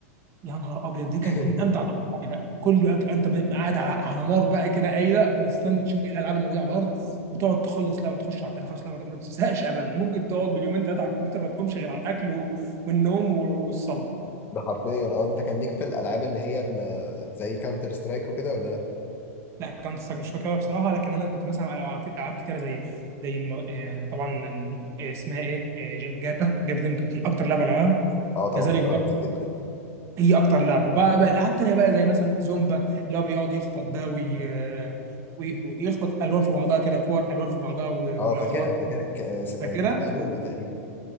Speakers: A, on the right; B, on the left.
A: يا نهار ابيض دي كانت
B: <laughs>
A: من امتع الألعاب بقى كل وقت انت ب- قاعد على على نار بقى كده قايله مستني تشوف ايه الالعاب اللي موجوده على الارض وتقعد تخلص لعبه تخش على التانيه تخلص لعبه تانية، ما بتزهقش ابدا ممكن تقعد باليومين ثلاثه على الكمبيوتر ما تقومش غير على الاكل و- والنوم و- والصلاه
B: ده حرفيا اه انت كان ليك في الالعاب اللي هي ال- زي كاونتر سترايك وكده ولا لا؟
A: لا كان مش فاكرها بصراحه لكن انا كنت بسمع العاب ألعاب كتيره زي زي الم... آه، طبعا ال- آه، اسمها ايه آه، ج- جاتا جاتا دي كانت اكتر لعبه العبها
B: اه طبعا
A: كذلك
B: كنت بلعبها
A: برضه
B: كتير جدا
A: هي اكتر لعبه بقى بقى العاب تانيه بقى زي مثلا زومبا اللي هو بيقعد يخبط ده وي... آه، وي- ويخبط الوان في بعضها كده كور الوان في بعضها و...
B: اه
A: ولو
B: فاكرها
A: خبطت
B: فاكرها ك- آه،
A: كده
B: كان اسمها زوما تقريبا